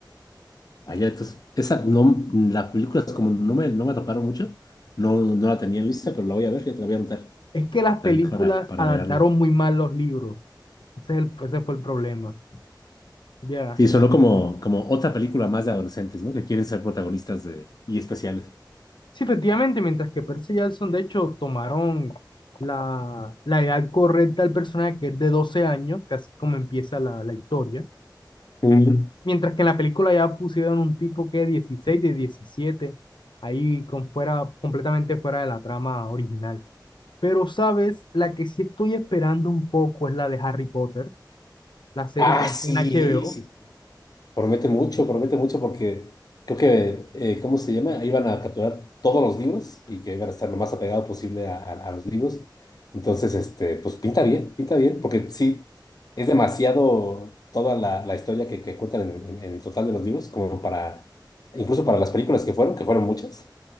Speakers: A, on the left; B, on the left.
A: Allá, entonces, esa no, las películas como no me, no me atraparon mucho, no, no la tenía en lista, pero la voy a ver, ya te la voy a anotar
B: Es que las películas
A: también para, para
B: adaptaron
A: agregarla.
B: muy mal los libros. Ese, es el- ese fue el problema. Ya.
A: Sí, sonó como, como otra película más de adolescentes, ¿no? Que quieren ser protagonistas de, y especiales.
B: Sí, efectivamente, mientras que Percy Jackson, de hecho, tomaron la, la edad correcta del personaje, que es de 12 años, casi como empieza la, la historia.
A: Mm.
B: Mientras que en la película ya pusieron un tipo que 16 de 17 ahí con fuera, completamente fuera de la trama original. Pero, ¿sabes? La que sí estoy esperando un poco es la de Harry Potter, la serie
A: Ah,
B: que está
A: sí,
B: en H B O
A: sí, Promete mucho, promete mucho porque creo que, eh, ¿cómo se llama? Iban a capturar todos los libros y que iban a estar lo más apegado posible a, a- a los libros. Entonces, este, pues pinta bien, pinta bien, porque sí, es demasiado toda la, la historia que, que cuentan en, en- en el total de los libros, como para, incluso para las películas que fueron, que fueron muchas,